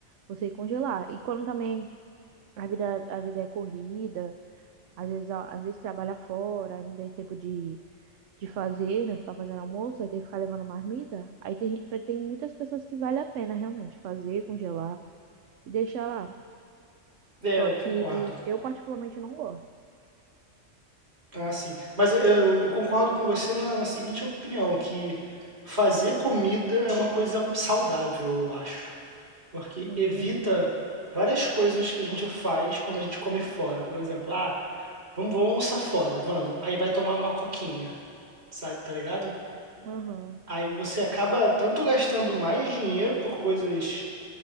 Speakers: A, on the right (about 75°); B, on the right (about 55°).
A: você congelar. E quando também A vida, a vida é corrida, às vezes, a- às vezes trabalha fora, aí não tem tempo de, de fazer, né? Ficar fazendo almoço, aí tem que ficar levando marmita. Aí tem, gen- pra- tem muitas pessoas que vale a pena realmente fazer, congelar e deixar lá.
B: É,
A: Só
B: eu
A: que
B: concordo.
A: eu particularmente não gosto.
B: Ah, sim. Mas eh, eu, eu concordo com você na, na seguinte opinião, que fazer comida é uma coisa saudável, eu acho. Porque
A: Sim,
B: evita
A: é muito bom.
B: várias coisas que a gente faz quando a gente come fora. Por exemplo, ah, vamos, vamos almoçar fora, vamos. Aí vai tomar uma coquinha, sabe, tá ligado?
A: Aham.
B: Aí você acaba tanto gastando mais dinheiro por coisas